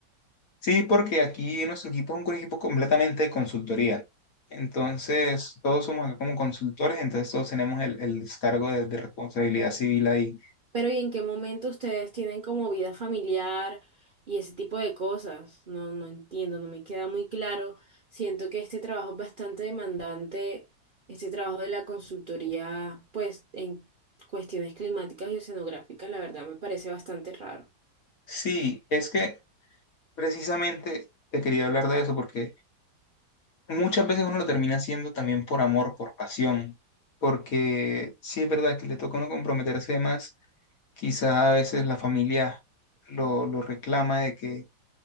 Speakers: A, on the left; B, on the right.
A: sí, porque aquí en nuestro equipo es un equipo completamente de consultoría. Entonces, todos somos acá como consultores, entonces todos tenemos el, el descargo de, de responsabilidad civil ahí.
B: Pero ¿y en qué momento ustedes tienen como vida familiar y ese tipo de cosas? No, no entiendo, no me queda muy claro. Siento que este trabajo es bastante demandante, este trabajo de la consultoría, pues en cuestiones climáticas y oceanográficas, la verdad me parece bastante raro.
A: Sí, es que precisamente te quería hablar de eso porque Muchas veces uno lo termina haciendo también por amor, por pasión, porque sí es verdad que le toca a uno comprometerse de más, quizá a veces la familia lo, lo reclama de que,